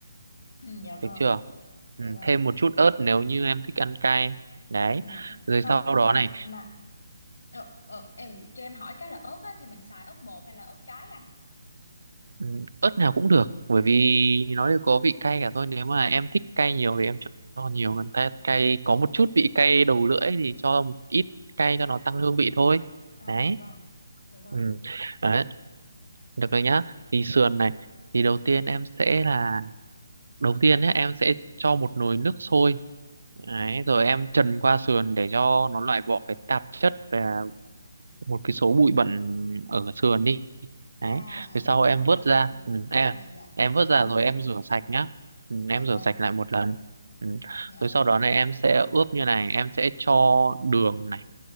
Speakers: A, on the left; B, on the right.
A: Ừ, dạ vâng,
B: được chưa ừ.
A: dạ vâng.
B: thêm một chút ớt nếu như em thích ăn cay đấy
A: Dạ.
B: rồi
A: Ờ,
B: sau đó
A: mà
B: này
A: mà ờ, ờ, em cho em hỏi cái là ớt á, thì mình xài ớt bột hay là ớt trái anh?
B: Ừ, ớt nào cũng được bởi vì nó đều có vị cay cả thôi nếu mà em thích cay nhiều thì em cho cho nhiều còn ta cay có một chút vị cay đầu lưỡi thì cho một ít cay cho nó tăng hương vị thôi
A: À
B: đấy
A: dạ vâng, dạ vâng.
B: ừ. đấy được rồi nhá thì sườn này thì đầu tiên em sẽ là đầu tiên nhé em sẽ cho một nồi nước sôi đấy rồi em trần qua sườn để cho nó loại bỏ cái tạp chất và một cái số bụi bẩn ở sườn đi đấy
A: À, à
B: rồi sau em
A: sau đó
B: vớt
A: ạ.
B: ra
A: dạ
B: ừ, em
A: à
B: à,
A: dạ.
B: em vớt ra
A: Ừ,
B: rồi em rửa sạch nhá ừ, em
A: dạ vâng.
B: rửa sạch lại một lần ừ.
A: Dạ.
B: rồi sau đó này em sẽ ướp như này em sẽ cho đường này